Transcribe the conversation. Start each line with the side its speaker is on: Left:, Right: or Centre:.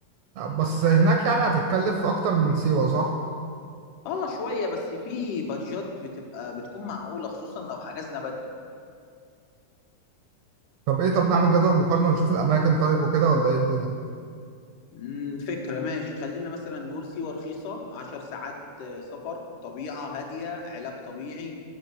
Right: بس هناك يعني هتتكلف أكتر من سيوة صح؟
Left: اه شوية بس في بادجات بتبقى بتكون معقولة خصوصا لو حجزنا بدري
Right: طب إيه طب نعمل جدول مقارنة ونشوف الأماكن طيب وكده ولا إيه الدنيا؟
Left: مم، فكرة ماشي خلينا مثلا نقول سيوة رخيصة عشر ساعات آه، سفر طبيعة هادية علاج طبيعي